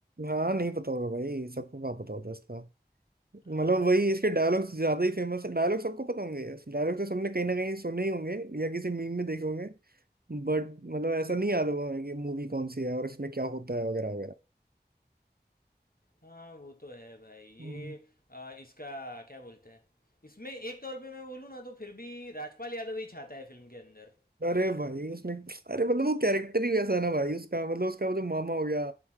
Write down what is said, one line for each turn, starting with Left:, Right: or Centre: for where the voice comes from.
Right: हाँ नहीं पता होगा भाई सबको कहाँ पता होता है इसका
Left: हाँ
Right: मतलब
Left: भाई
Right: वही इसके डायलॉग्स ज्यादा ही फेमस है डायलॉग सबको पता होंगे यार डायलॉग तो सबने कहीं ना कहीं सुने ही होंगे या किसी मीम में देखे होंगे बट मतलब ऐसा नहीं याद होगा हमें कि मूवी कौन सी है और इसमें क्या होता है वगैरह
Left: हाँ वो तो है भाई ये
Right: वगैरह
Left: अ, इसका क्या बोलते हैं इसमें एक तौर पे मैं बोलूँ ना तो फिर भी राजपाल यादव ही छाता है फिल्म के अंदर
Right: अरे भाई उसने अरे मतलब वो कैरेक्टर ही वैसा है ना भाई उसका मतलब उसका वो जो मामा हो गया